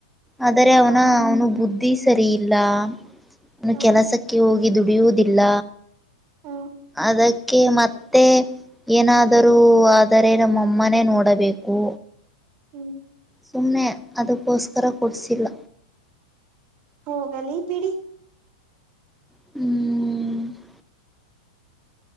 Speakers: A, in the centre; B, on the right.
A: ಆದರೆ ಅವನ
B: ಹಾ
A: ಅವ್ನು ಬುದ್ಧಿ. ಸರಿ ಇಲ್ಲ ಅವನು
B: ಹಾ
A: ಕೆಲಸಕ್ಕೆ ಹೋಗಿ ದುಡಿಯುವುದಿಲ್ಲ.
B: ಹಾ
A: ಅದಕ್ಕೆ ಮತ್ತೆ. ಏನಾದರೂ ಆದರೆ ನಮ್ ಅಮ್ಮನೇ ನೋಡಬೇಕು.
B: ಹ್ಮ್
A: ಸುಮ್ನೆ ಅದಕ್ಕೋಸ್ಕರ ಕೊಡಿಸಿಲ್ಲ.
B: ಹೋಗಲಿ ಬಿಡಿ.
A: ಹ್ಮ್